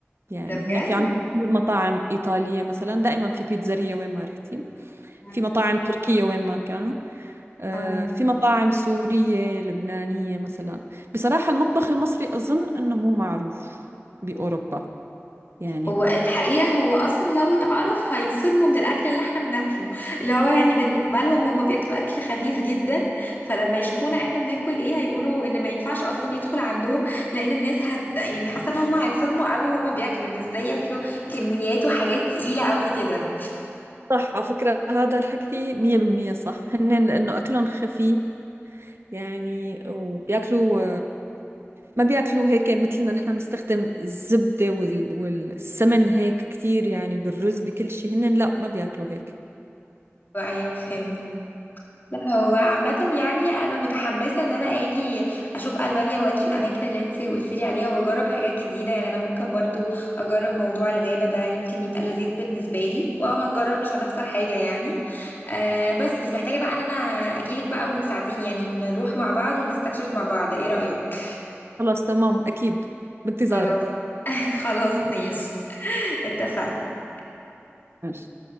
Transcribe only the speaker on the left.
ده بجد
<laughs>
آه.
هو الحقيقة هو أصلا لو اتعرف هيتصدموا من الأكل اللي احنا بناكله اللي هو يعني بالنسبة لهم هم بياكلوا أكل خفيف جدا فلما يشوفونا احنا بناكل ايه هيقولوا إن ما ينفعش أصلا يدخل عندهم لأن الناس هت يعني حاسة إن هم هيتصدموا قوي وهم بياكلوا إن ازاي ياكلوا كميات وحاجات تقيلة قوي كده
أيوه أيوه فهمت لا هو عامة يعني أنا متحمسة إن أنا أجي أشوف ألمانيا وأجي الأماكن اللي أنت قلتيلي عليها وأجرب حاجات جديدة يعني أنا ممكن برضو أجرب موضوع الغابة ده يمكن يبقى لذيذ بالنسبة لي وهنجرب مش هنخسر حاجة يعني آه بس بس محتاجة بقى إن أنا أجيلك بقى وتساعديني يعني نروح مع بعض ونستكشف مع بعض إيه رأيك؟
خلاص <laughs> خلاص ماشي اتفقنا